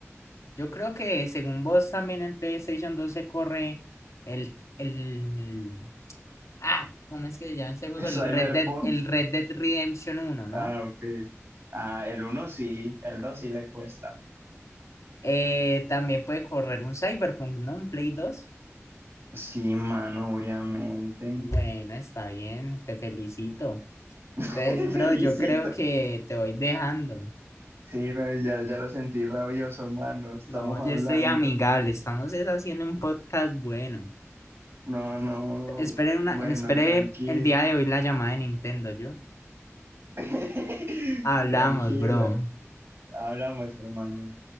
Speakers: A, on the left; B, on the right.
A: yo creo que según vos también el PlayStation dos se corre el, el, ah, ¿cómo es que se llama
B: <laughs>
A: ese juego? El
B: Cyberpunk.
A: Red Dead, el Red Dead Redemption uno ¿no?
B: Ah, ok. Ah, el uno sí, el dos sí le cuesta.
A: Eh, también puede correr un Cyberpunk, ¿no? Un Play dos
B: Sí, mano, obviamente.
A: Bueno, está bien, te felicito.
B: <laughs>
A: Entonces, bro,
B: Felicito.
A: yo creo que te voy dejando.
B: Sí, no, ya, ya lo sentí rabioso, mano. Estamos
A: No, yo
B: hablando.
A: estoy amigable, estamos es haciendo un podcast bueno.
B: No, no.
A: Esperé,
B: Bueno,
A: una, esperé
B: tranquilo.
A: el día de hoy la llamada de Nintendo, yo.
B: <laughs>
A: Hablamos,
B: Tranquilo.
A: bro.
B: Hablamos, hermano.